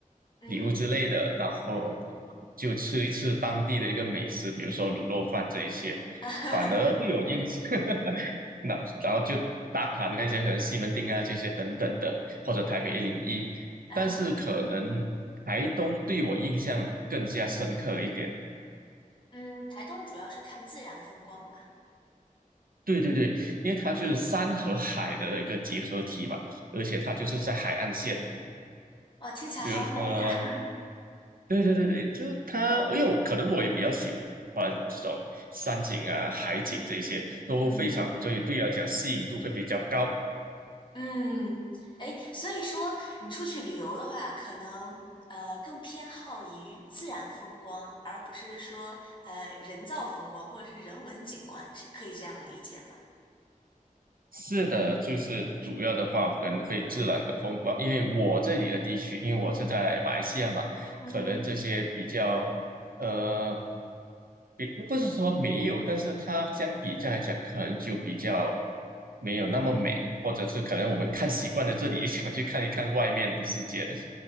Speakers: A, on the left (about 35°); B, on the right (about 85°).
A: 嗯哼嗯
B: 礼物之类的，然后
A: 哼，
B: 就吃一吃当地的一个美食，比如说卤肉饭这一些，
A: <laughs>
B: 反而对我印象。
A: 对，
B: <laughs> 那然后就打卡那些可能西门町啊这些等等的，或者台北一零一，
A: 嗯哼，
B: 但是可能台东对我印象更加深刻一点。
A: 嗯，台东主要是看自然风光嘛。
B: 对对对，因为它就是山和海的一个结合体嘛，而且它就是在海岸线，
A: 哇，听起来好美呀。
B: 比如呃，对对对对，就它，因为我可能我也比较喜欢这种山景啊、海景这些，都非常所以对我来讲吸引度会比较高。
A: 嗯嗯，哎，所以说你出去旅游的话，可能呃更偏好于自然风光，而不是说呃人造风光或者是人文景观，是可以这样理解吗？
B: 是的，就是主要的话可能会自然的风光，因为我这里的地区，因为我是在马来西亚嘛，
A: 嗯哼。
B: 可能这些比较，呃，比不是说没有，但是它相比较来讲，可能就比较没有那么美，或者是可能我们看习惯了这里，<laughs> 想去看一看外面的世界的，